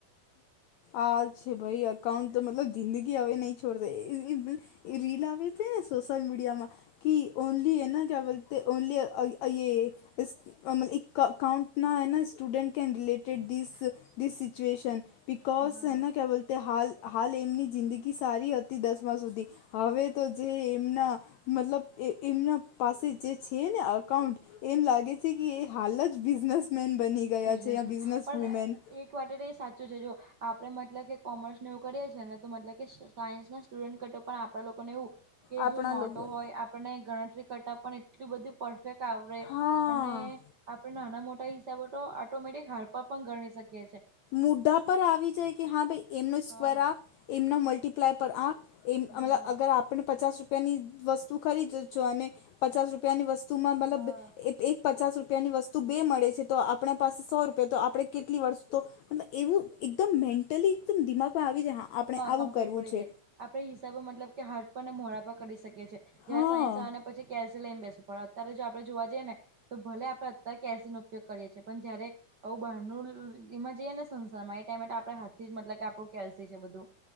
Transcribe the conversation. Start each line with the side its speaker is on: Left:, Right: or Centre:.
Left: આ જ છે ભઈ. અકાઉન્ટ તો મતલબ જિંદગી હવે નહીં છ <unintelligible> ઈ રીલ આવી તી ને સોશલ મીડિયામાં કી ઓનલી હે ના, કયાં બોલતે? ઓનલી <unintelligible> અમ ઇક અકાઉન્ટ ના હે ના સ્ટુડન્ટ કેન રિલેટેડ ધીસ-ધીસ શીચ્યુએશ ન, બિકોઝ
Right: હા
Left: હે ના ક્યાં બોલતે હાલ હાલ એમની જિંદગી સારી હતી, દસમાં સુધી. હવે તો જે એમના મતલબ એ એમના પાસે જે છે ને અકાઉન્ટ એમ લાગે છે કે ઈ હાલ જ બિઝનેસમેન બની ગયા
Right: બિઝનેસમેન
Left: છે યા બિઝનેસ
Right: પણ
Left: વુમેન
Right: એક વાતે તો એ સાચું છે. જો આપણે મતલબ કે કોમર્સ ને એવું કરીએ છે ને, તો મતલબ કે સાયન્સ ના સ્ટુડન્ટ કરતાં પણ આપણા લોકોને એવું કે
Left: આપણા
Right: જો નોટો
Left: લોકો
Right: હોય, આપણને ગણતરી કરતા પણ એટલું બધું પરફેક્ટ આવડે.
Left: હા
Right: અને આપણે નાના-મોટા હિસાબો <unintelligible> પર પણ ગણી શકીએ છે.
Left: મુઢા પર આવી જાય, કે હા ભઈ, એમનો સ્ક્વેર
Right: હા
Left: આ. એમના મલ્ટીપ્લાય પર આ એમ.
Right: હા
Left: <unintelligible> અગર આપણને પચાસ રૂપ પિયાની વસ્તુ ખરીદ જ જોઈને, પચાસ રૂપિયાની વસ્તુ માં મતલબ
Right: હા
Left: <unintelligible> પચાસ રૂપિયાની વસ્તુ બે મળે છે. તો આપણા પાસે સો રૂપિયા. તો આપણે કેટલી વર્ષ તો, મતલબ એવું એકદમ મેન્ટલી એકદમ દિમાગમાં આવી જાય, હા આપણે આવું
Right: કમ્પ્લીટ
Left: કરવું
Right: પડી
Left: છે.
Right: જાય આપણે હિસાબો મતલબ, કે હાથ પર ને મોડા પર કરી શકીએ છે. જ્યારે
Left: હા
Right: સાયન્સવાળા ને પછી કેલ્શ શિ લઈને બેસું પડે. અત્યારે જો આપણે જોવા જઈએ ને, તો ભલે આપણે અત્યારે કેલ્શિ નો ઉપયોગ કરીએ છીએ. પણ જયારે આવું બહારનું <unintelligible> એમાં જઈએ ને સંસાર માં, એ ટાઈમે તો આપણે હાથથી જ મતલબ કે આપણું કેલ્શિ છે બધું.